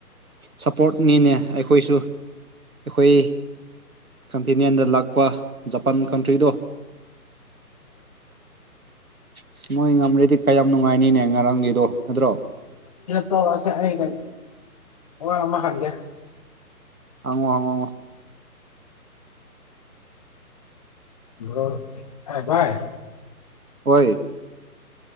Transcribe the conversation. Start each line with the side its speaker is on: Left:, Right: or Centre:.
Right: ꯁꯞꯄꯣꯔꯠꯅꯤꯅꯦ ꯑꯩꯈꯣꯏꯁꯨ ꯑꯩꯈꯣꯏ ꯀꯟꯇꯤꯅꯦꯟꯗ ꯂꯥꯛꯄ ꯖꯄꯥꯟ ꯀꯟꯇ꯭ꯔꯤꯗꯣ ꯑꯁ ꯃꯣꯏ ꯉꯝꯔꯗꯤ ꯀ ꯌꯥꯝ ꯅꯨꯡꯉꯥꯏꯅꯤꯅꯦ ꯉꯔꯥꯡꯒꯤꯗꯣ ꯅꯠꯇ꯭ꯔꯣ
Left: ꯇꯧꯁꯦ ꯑꯩ ꯋꯥ ꯑꯃ ꯍꯪꯒꯦ
Right: ꯑꯃ ꯑꯃ
Left: ꯭ꯔꯣꯚꯥꯏ
Right: ꯍꯣꯏ